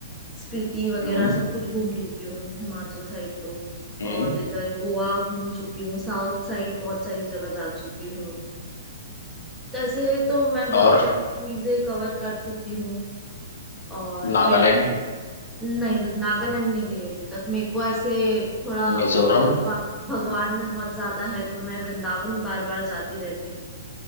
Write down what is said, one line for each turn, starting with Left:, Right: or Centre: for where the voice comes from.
Centre: स्पीति वगैरह
Left: हम्म
Centre: सब कुछ घूम चुकी हूँ हिमाचल साइड तो
Left: हम्म,
Centre: और इधर गोवा घूम चुकी हूँ साउथ साइड बहुत सारी जगह जा चुकी हूँ तो ऐसे तो मैं बहुत
Left: और
Centre: सारी चीजें कवर कर चुकी हूँ और
Left: नागालैंड
Centre: मेरे को नहीं नागालैंड नहीं गई अभी तक मेरे को ऐसे थोड़ा
Left: मिजोरम
Centre: भगवा भगवान में बहुत ज्यादा है तो मैं वृंदावन बार बार जाती रहती हूँ